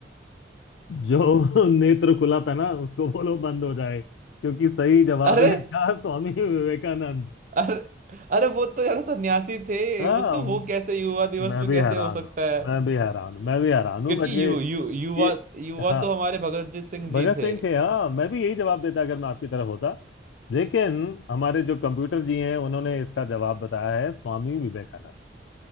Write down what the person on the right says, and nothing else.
अरे
अरे अरे वो तो यार सन्यासी थे
मतलब वो कैसे युवा दिवस
में
कैसे
हो सकता
है
क्योंकि
यु, यु, युवा
युवा
तो हमारे भगत जी सिंह
जी
थे